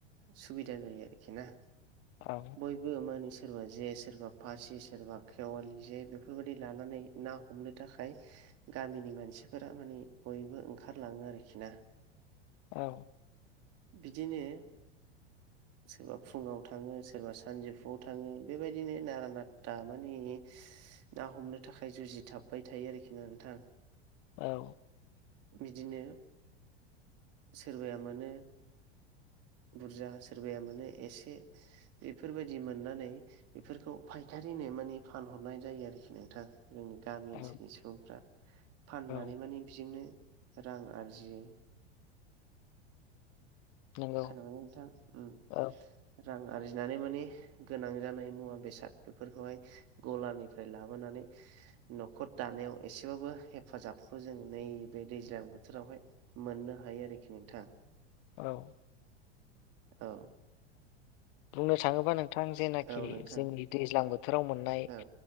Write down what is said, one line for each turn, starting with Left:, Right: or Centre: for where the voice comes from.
Right: सुबिदा जायो आरोखि ना
Left: औ
Right: बयबो मानिस सोरबा जे सोरबा फासि सोरबा खेवालि जे बेफोरबायदि लानानै ना हमनो थाखाय गामिनि मानसिफोरा माने बयबो ओंखारलाङो आरोखि ना
Left: औ
Right: बिदिनो
Left: <inaudible>
Right: सोरबा फुङाव थाङो सोरबा सानजौफुआव थाङो बेबायदिनो नारा नाथा माने ना हमनो थाखाय जुजिथाबबाय थायो आरोखि ना नोंथां
Left: औ
Right: बिदिनो सोरबाया मानो
Left: <inaudible>
Right: बुरजा सोरबाया मोनो एसे बेफोरबायदि मोननानै बेफोरखौ फायखा रिनो माने फानहरनाय जायो आरोखि नोंथां जोंनि गामि
Left: औ
Right: ओनसोलनि सुबुंफ्रा फाननानै
Left: औ
Right: माने बेजोंनो रां आरजियो
Left: नंगौ
Right: खोनादों ना नोंथां उम
Left: औ
Right: रां आरजिनानै माने गोनां जानाय मुवा बेसाद बेफोरखौहाय गलानिफ्राय लाबोनानै न'खर दानायाव एसेबाबो हेफाजाबखौ जों नैबे दैज्लां बोथोरावहाय मोननो हायो आरोखि नोंथां
Left: औ
Right: औ
Left: बुंनो थाङोबा नोंथां जेनाखि
Right: औ नोंथां
Left: जोंनि दैज्लां बोथोराव मोननाय
Right: औ